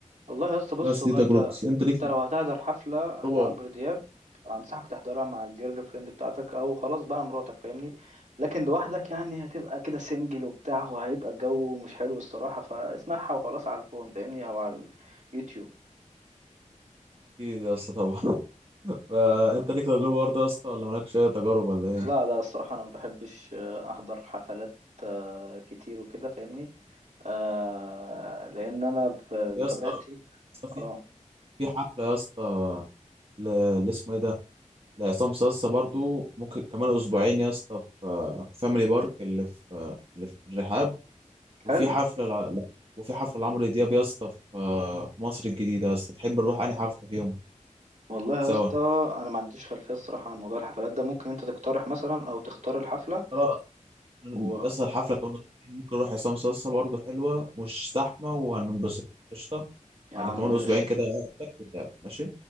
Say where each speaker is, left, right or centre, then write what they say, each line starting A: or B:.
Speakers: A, on the right; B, on the right.
A: والله يا اسطى بص
B: بس
A: هو
B: دي
A: انت
B: تجربتي انت ليك
A: انت لو هتحضر حفلة
B: تجربه
A: لعمرو
B: ولا
A: دياب انصحك تحضرها مع الجيرل فريند بتاعتك او خلاص بقى مراتك فاهمني لكن لوحدك يعني هتبقى كده سنجل وبتاع وهيبقى الجو مش حلو الصراحة فاسمعها وخلاص على الفون فاهمني او على اليوتيوب
B: اكيد يا اسطى طبعا <laughs> فانت ليك تجربه برضه يا اسطى ولا مالكش اي تجارب ولا ايه
A: لا لا الصراحة انا ما بحبش آه، احضر حفلات آه، كتير وكده فاهمني آه لان انا ب-
B: يا
A: بطبيعتي
B: اسطى يا اسطى في
A: اه
B: في حفله يا اسطى ل- اللي اسمه ايه ده ده عصام صاصا برضو ممكن كمان اسبوعين يا اسطى في في فاميلي بارك اللي في اللي في الرحاب وفي
A: حلو
B: حفله لع- لا، وفي حفله لعمرو دياب يا اسطى في في مصر الجديده يا اسطى تحب نروح انهي حفله فيهم
A: والله يا
B: سوا
A: اسطى انا ما عنديش خلفيه الصراحه عن موضوع الحفلات ده ممكن انت تقترح مثلا او تختار الحفله
B: خلاص
A: و
B: يا اسطى الحفله كمان اسبوعين ممكن نروح عصام صاصا برضو حلوه مش زحمه وهننبسط قشطه
A: يا
B: على
A: عم
B: كمان
A: قشطه
B: اسبوعين كده أقابلك ونتقابل، ماشي